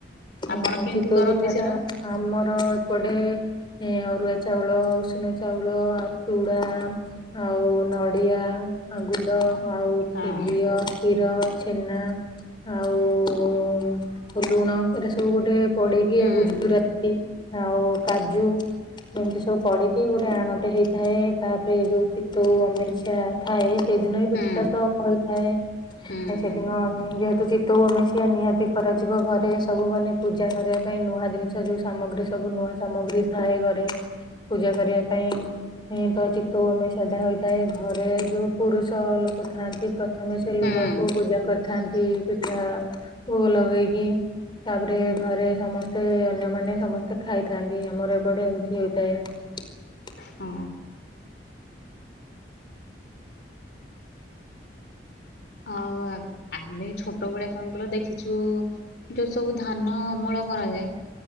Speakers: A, on the left (about 30°); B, on the left (about 65°).
A: ହଁ
B: ଆପଣ କେମିତି
A: ଚିତଉ
B: କରନ୍ତି
A: ପିଠା
B: ସେଟା
A: ଟା ଆମର ଏପଟେ ଏ ଅରୁଆ ଚାଉଳ ଉଷୁନା ଚାଉଳ ଆଉ ଚୁଡା ଆଉ ନଡ଼ିଆ ଆଉ ଗୁଡ଼ ଆଉ
B: ହଁ।
A: ଖୀ ଘିଅ କ୍ଷୀ କ୍ଷୀର ଛେନା ଆଉ ଲୁଣ ଏଟା ସବୁ ଗୋଟେ ପଡ଼ିକି
B: ହୁଁ
A: ଆଉ ଗୁଜୁରାତି ଆଉ କାଜୁ ଏମିତି ସବୁ ପଡିକି ଗୋଟେ ଆଣଟେ ହେଇଥାଏ। ତାପରେ ଯୋଉ ଚିତଉ ଅମେଇଶିଆ ଥାଏ ସେଇଦିନ ବି
B: ହୁଁ
A: ପିଠାଟା ତ ହେଇଥାଏ
B: ହୁଁ
A: ସେଦିନ ଯେହେ ତ ଚିତଉ ଆମେଇସିଆ ନିହାତି କରାଯିବ ଘରେ। ସବୁ ମାନେ ପୂଜା କରିବା ପାଇଁ ନୂଆ ଜିନିଷ ଯୋଉ ସାମଗ୍ରୀ ସବୁ ନୂଆ ସାମଗ୍ରୀ ଥାଏ। ଘରେ ପୂଜା କରିବା ପାଇଁ। ହଁ ତ ଚିତଉ ଅମେଇଶା ଟା ହୋଇଥାଏ। ଘରେ ଯୋଉ ପୁରୁଷ ଲୋ ଥାନ୍ତି ପ୍ରଥମେ ସେ ଲୁହାକୁ
B: ହୁଁ
A: ପୂଜା କରି ଥାନ୍ତି ପିଠା ଭୋଗ ଲେଗଇକି। ତା ପରେ ଘରେ ସମସ୍ତେ ଅନ୍ୟମାନେ ସମସ୍ତେ ଖାଇଥାନ୍ତି ଆମର ଏପଟେ ଏମିତି ହେଇଥାଏ। <unintelligible>
B: ହଁ। ଆଉ ଆ, ଆମେ ଛୋଟ ବଳେ କଣ କହିଲ ଦେଖିଛୁ ଯୋଉ ସବୁ ଧାନ ଅମଳ କରାଯାଏ।